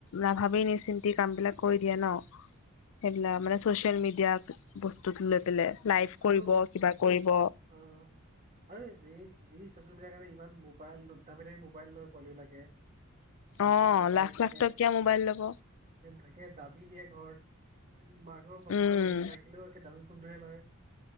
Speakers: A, on the left; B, on the right.
A: নাভাবি নি চিন্তি কাম বিলাক কৰি দিয়ে ন সেইবিলাক মানে চচিয়েল মিডিয়াক বস্তুত লৈ পেলাই লাইভ
B: আৰু
A: কৰিব কিবা কৰিব
B: অ আৰু এই যি যি চচিয়েল মিডিয়াৰ কাৰণে ইমান মোবাইল দামি দামি মোবাইল লয় পোৱালি বিলাকে দামি
A: অ
B: দামি মোবাইল
A: লাখ
B: কিনে
A: লাখ টকীয়া মোবাইল ল'ব
B: তাকে দাবী দিয়ে ঘৰত মাকৰ বাপেকৰ
A: উম
B: হেৰি নাথা কিলেও একে দামী ফোনটোহে লয়